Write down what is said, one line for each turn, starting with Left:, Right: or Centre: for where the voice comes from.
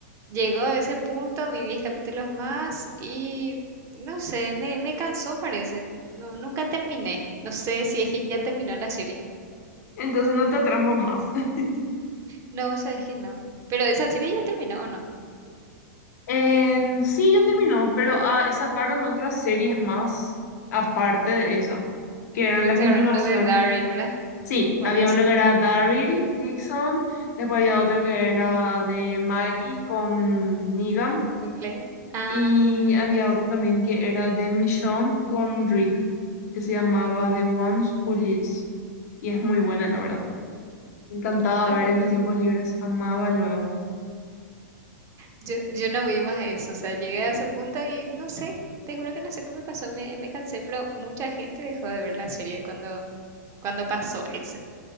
Right: Llegó a ese punto, vi 10 capítulos más y no sé, me, me cansó parece. No, nunca terminé. No sé si es que ya terminó la serie.
Left: Entonces no te atrajo más. <laughs>
Right: No, sabes que no. Pero esa serie ya terminó o no.
Left: En- sí, ya terminó, pero ah, sacaron otras series más aparte de esa, que eran
Right: Creo
Left: la
Right: que
Left: continuación.
Right: sacaron uno de Daryl, ¿verdad?
Left: Sí,
Right: O
Left: había
Right: algo así.
Left: uno que era Daryl Dixon, después había otro que era de Maggie con Negan,
Right: con Glenn. Ah,
Left: y había otro también que era de Michonne con Rick, que se llamaba The Ones Who Lives, y es muy buena, la verdad. Me encantaba
Right: mira,
Left: ver
Right: vos.
Left: en mis tiempos libres, amaba luego.
Right: yo, yo no vi más eso. O sea, llegué a ese punto y no sé. Te juro que no sé cómo me pasó. Me, me cansé, pero mucha gente dejó de ver la serie cuando, cuando pasó eso.